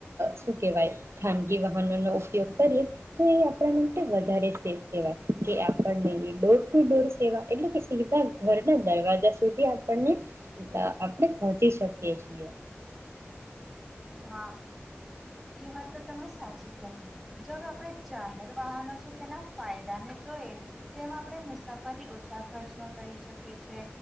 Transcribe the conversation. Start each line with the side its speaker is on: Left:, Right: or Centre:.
Right: શું કહેવાય ખાનગી વાહનોનો ઉપયોગ કરીએ તો એ આપણા માટે વધારે સેફ કહેવાય. કે આપણને ડોર ટુ ડોર સેવા એટલે કે સીધા ઘરના દરવાજા સુધી આપણને આપણે પહોંચી શકીએ છીએ.
Centre: હા એ વાત તો તમે સાચી કહી જોવે આપણે જાહેર વાહનો છે તેના ફાયદા ને જોઈએ તેમ આપણે મુસાફરી ઓછા ખર્ચમાં કરી શકીએ છે